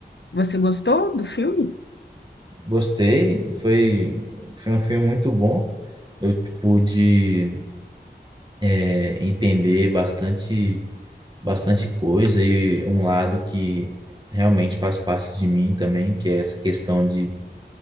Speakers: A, on the left; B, on the right.
A: você gostou do filme?
B: Gostei, foi, foi um filme muito bom. Eu pude é, entender bastante, bastante coisa e um lado que realmente faz parte de mim também, que é essa questão de